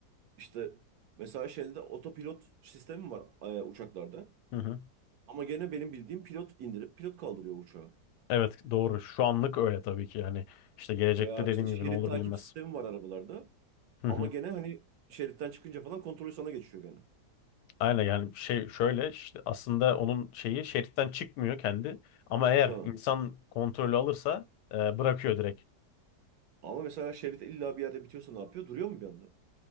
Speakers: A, on the right; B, on the left.
A: işte mesela şeyde de otopilot sistemi var e, uçaklarda.
B: Hı hı.
A: Ama gene benim bildiğim pilot indirip pilot kaldırıyor uçağı.
B: Evet doğru. Şu anlık öyle tabii ki yani işte gelecekte
A: Veya
B: dediğim
A: işte şerit
B: gibi ne olur
A: takip
B: bilinmez.
A: sistemi var arabalarda.
B: Hı hı.
A: Ama gene hani şeritten çıkınca falan kontrolü sana geçiyor gene.
B: Aynen yani şey şöyle işte aslında onun şeyi şeritten çıkmıyor kendi ama eğer
A: Ha.
B: insan kontrolü alırsa e, bırakıyor direkt.
A: Ama mesela şerit illa bir yerde bitiyorsa ne yapıyor? Duruyor mu bir anda?